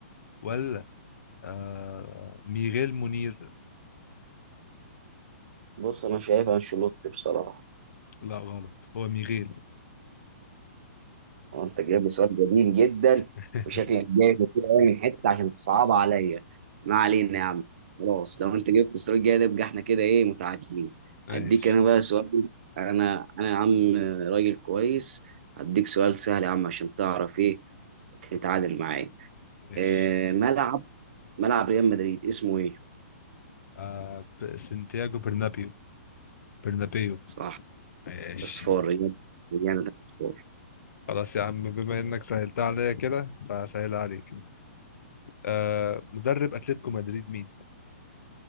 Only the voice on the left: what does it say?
ولا آه ميغيل منير
لا غلط هو ميغيل
<laughs>
ماشي
ماشي
آه ب- سانتياغو برنابيو برنابيو
ماشي
خلاص يا عم بما انك سهلتها عليا كده فسهلها عليك آه مدرب اتلتيكو مدريد مين